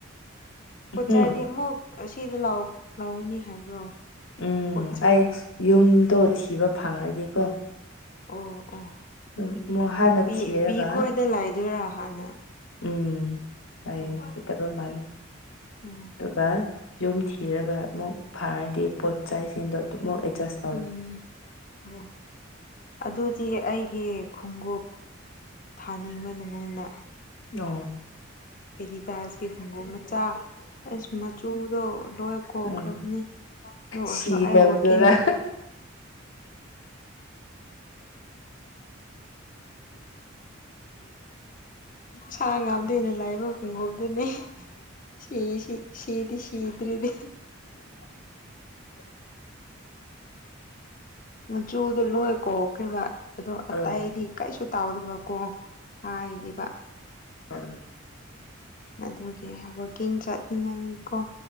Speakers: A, on the left (about 40°); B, on the left (about 75°).
A: ꯄꯆꯥꯏꯗꯤ
B: ꯎꯝ
A: ꯑꯃꯨꯛ ꯁꯤꯗꯤ ꯂ ꯂꯧꯒꯅꯤ ꯍꯥꯏꯕ꯭ꯔꯣ
B: ꯎꯝ
A: ꯄꯣꯠꯆꯩ
B: ꯑꯩ ꯌꯨꯝꯗꯣ ꯊꯤꯕ ꯐꯪꯉꯗꯤꯀꯣ
A: ꯑꯣ ꯑꯣ
B: ꯑꯗꯨꯝ ꯑꯃꯨꯛ ꯍꯥꯟꯅ
A: ꯕꯤ
B: ꯊꯤꯔꯒ
A: ꯕꯤ ꯈꯣꯏꯗ ꯂꯥꯏꯗꯣꯏꯔꯥ ꯍꯥꯟꯅ
B: ꯎꯝ ꯑꯩ
A: ꯑꯣ
B: <unintelligible> ꯃꯥꯜꯂꯦ
A: ꯎꯝ
B: <unintelligible> ꯌꯨꯝ ꯊꯤꯔꯒ ꯑꯃꯨꯛ ꯐꯥꯔꯗꯤ ꯄꯣꯠ ꯆꯩꯁꯤꯡꯗꯣ ꯗꯨꯃꯨ ꯑꯦꯗꯖꯦꯁ
A: ꯎꯝ ꯑꯣ ꯑꯗꯨꯗꯤ ꯑꯩꯒꯤ ꯈꯣꯡꯎꯞ ꯊꯥꯅꯤꯡꯕ ꯅꯉꯣꯟꯗ
B: ꯑꯧ
A: ꯑꯦꯗꯤꯗꯥꯁꯀꯤ ꯈꯨꯡꯒꯨꯞ ꯃꯆꯥ ꯑꯩꯁ ꯃꯆꯨꯗꯣ ꯂꯣꯏ ꯀꯣꯛꯈ꯭ꯔꯕꯅꯦ
B: ꯎꯝ
A: ꯗꯨ ꯑꯣꯏꯔꯁꯨ
B: ꯁꯤꯗꯕꯗꯨꯔ
A: ꯑꯩ ꯋꯥꯀꯤꯡ <inaudible> ꯁꯥ ꯉꯥꯝꯗ ꯍꯦꯟꯅ ꯂꯥꯏꯕ ꯈꯨꯡꯒꯣꯞꯗꯨꯅꯤ <inaudible> ꯁꯤ ꯁꯤ ꯁꯤꯗꯤ ꯁꯗ꯭ꯔꯗꯤ ꯃꯆꯨꯗꯣ ꯂꯣꯏ ꯀꯣꯈ꯭ꯔꯤꯕ ꯑꯗꯣ ꯑꯇꯩꯗꯤ
B: ꯎꯝ
A: ꯀꯔꯤꯁꯨ ꯇꯥꯎꯗꯕ ꯀꯣ ꯀꯤꯕ <inaudible>
B: ꯍ <inaudible>
A: ꯑꯗꯨꯒꯤ ꯋꯥꯛꯀꯤꯡ ꯆꯠꯅꯤꯡꯉꯥꯏꯒꯤꯀꯣ